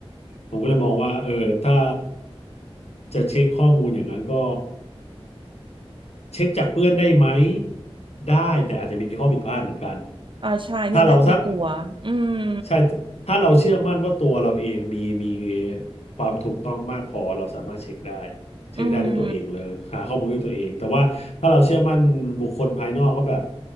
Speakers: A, on the left; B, on the right.
A: ผมก็เลยมองว่าเออถ้าจะเช็คข้อมูลอย่างนั้นก็เช็คจากเพื่อนได้ไหมได้แต่อาจจะมีข้อผิดพลาดเหมือนกัน
B: อ่าใช่เนี่ยแหละที่กลัวอืม
A: ถ้าเราถ้า ใช่ถ้าเราเชื่อมั่นว่าตัวเราเองมีมีความถูกต้องมากพอเราสามารถเช็คได้เช็คได้ด้วยตัวเองเลยหาข้อมูลด้วยตัวเองแต่ว่าถ้าเราเชื่อมั่นบุคคลภายนอกก็แบบ
B: อืม